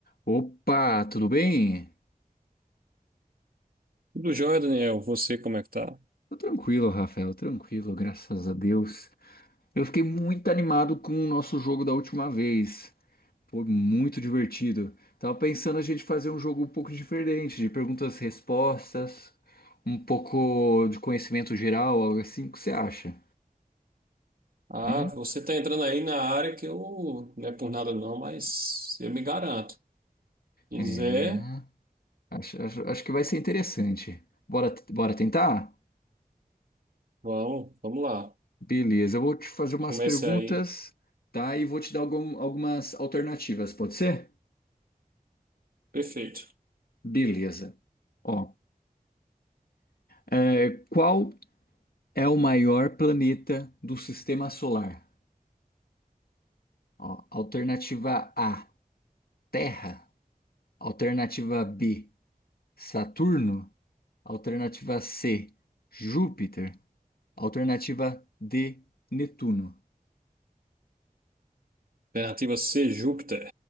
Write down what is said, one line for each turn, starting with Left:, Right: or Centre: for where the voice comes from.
Left: Opa, tudo bem?
Right: Tudo jóia, Daniel. Você, como é que tá?
Left: Tô tranquilo, Rafael, tranquilo, graças a Deus. Eu fiquei muito animado com o nosso jogo da última vez. Foi muito divertido. Tava pensando a gente fazer um jogo um pouco diferente, de perguntas e respostas, um pouco de conhecimento geral, algo assim. O que você acha?
Right: Ah,
Left: Hum?
Right: você tá entrando aí na área que eu, não é por nada não, mas eu me garanto. Quiser,
Left: É, acho, acho- acho que vai ser interessante. Bora, bora tentar?
Right: vamos, vamos lá.
Left: Beleza, eu vou te fazer umas
Right: Comece
Left: perguntas,
Right: aí.
Left: tá? E vou te dar algum- algumas alternativas, pode ser?
Right: Perfeito.
Left: Beleza. Ó, é, qual é o maior planeta do sistema solar? Ó, alternativa A, Terra. Alternativa B, Saturno. Alternativa C, Júpiter. Alternativa D, Netuno.
Right: Alternativa C, Júpiter.